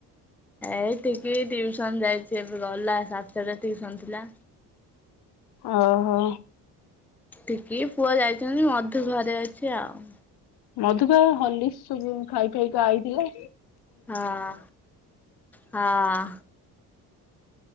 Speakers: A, in the centre; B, on the left.
A: ଏ ଟି କି ଟିଉସନ ଯାଇଚି, ଏବେ ଗଲା ସାତଟା ଟିଉସନ ଥିଲା।
B: ଓହୋ।
A: ଟିକେ ପୁଅ ଯାଇଚନ୍ତି ମଧୁ ଘରେ ଅଛି ଆଉ।
B: ମଧୁକା ହଲିସ୍କ ସବୁ ଖାଇ ଖାଇକା ଆଇଥିଲେ।
A: ହଁ ହଁ।